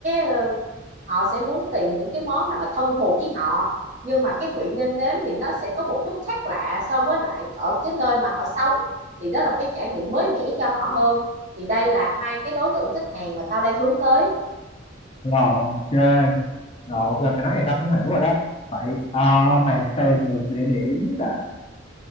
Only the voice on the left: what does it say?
rồi ok rồi ok mày nói vậy tao cũng hiểu rồi đó vậy ờ, mày tìm được địa điểm để